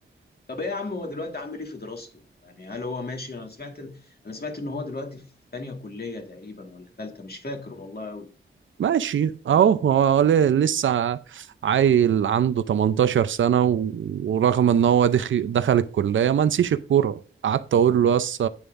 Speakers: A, on the left; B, on the right.
A: طب ايه يا عم هو دلوقتي عامل ايه في دراسته يعني هل هو ماشي انا سمعت إن- انا سمعت ان هو دلوقتي في تانية كلية تقريبا ولا تالتة مش فاكر والله قوي
B: ماشي اهو هو ل- لسه عيل عنده 18 سنة و- ورغم ان هو دخ- دخل الكلية ما نسيش الكورة قعدت اقول له يس